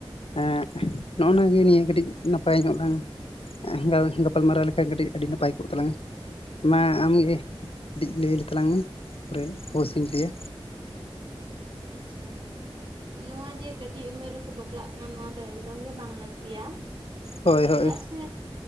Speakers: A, on the left (about 75°); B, on the right (about 60°).
A: ᱦᱮᱸ ᱱᱚᱜᱼᱱᱟ ᱜᱮ ᱱᱤᱭᱟᱹ ᱠᱟᱹᱴᱤᱡ ᱱᱟᱯᱟᱭ ᱧᱚᱜ ᱼᱱᱟ ᱮᱸᱜᱟᱞᱚᱪ ᱜᱟᱯᱟᱞᱢᱟᱨᱟᱣ ᱞᱮᱠᱷᱟᱱ ᱠᱟᱹᱴᱤᱡ ᱟᱹᱰᱤ ᱱᱟᱯᱟᱭ ᱠᱚᱜ ᱛᱟᱞᱟᱝᱟ᱾ ᱢᱟ ᱟᱢᱜᱮ ᱠᱟᱹᱴᱤᱡ ᱞᱟᱹᱭ ᱞᱮᱛᱟᱞᱟᱝ ᱢᱮ, ᱛᱟᱯᱚᱨᱮ ᱚᱵᱚᱥᱥᱚᱧ ᱞᱟᱹᱭᱟ᱾
B: ᱟᱪᱪᱷᱟ ᱱᱚᱣᱟ ᱡᱮ ᱠᱟᱹᱴᱤᱡ ᱩᱢᱮᱨ ᱨᱮᱠᱚ ᱵᱟᱯᱞᱟᱜ ᱠᱟᱱᱟ, ᱱᱚᱣᱟ ᱫᱚ ᱮᱠᱫᱚᱢ ᱜᱮ ᱵᱟᱝ ᱞᱟᱹᱠᱛᱤᱭᱟ᱾
A: ᱦᱳᱭ
B: ᱪᱮᱫᱟᱜ
A: ᱦᱳᱭ
B: ᱥᱮ